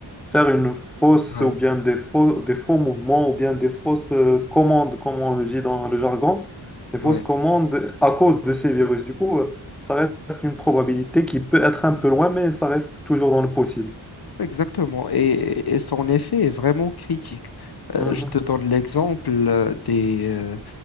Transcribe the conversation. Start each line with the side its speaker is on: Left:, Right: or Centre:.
Centre: faire une fausse,
Left: Ouais,
Centre: ou bien des faux, des faux mouvements, ou bien des fausses euh, commandes, comme on le dit dans le jargon, des fausses
Left: ouais,
Centre: commandes à cause de ces virus. Du coup, euh, ça reste une probabilité qui peut être un peu loin, mais ça reste toujours dans le possible.
Left: exactement. Et, et son effet est vraiment critique. Euh,
Centre: Mhm,
Left: je te donne l'exemple euh, des, euh,